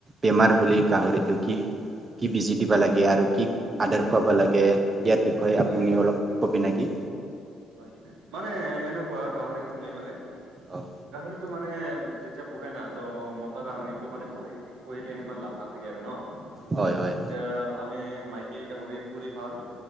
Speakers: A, on the right (about 30°); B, on the right (about 85°).
A: বেমাৰ হ'লেই গাহৰিটো কি কি বেজি দিব লাগে? আৰু কি আদাৰ
B: হয়
A: খুৱাব লাগে? ইয়াৰ বিষয়ে
B: হয়
A: আপুনি
B: হয়
A: অলপ কবি নেকি?
B: হয় মানে এনেকুৱা গাহৰি পুলি মানে,
A: অ'
B: গাহৰিটো মানে যেতিয়া পুহে না ত মতা গাহৰিটো মানে পুহি পুহিলে সিমান লাভ নাথাকে আৰু ন?
A: হয় হয়।
B: এতিয়া আমি মাইকী গাহৰি পুৰি ভাল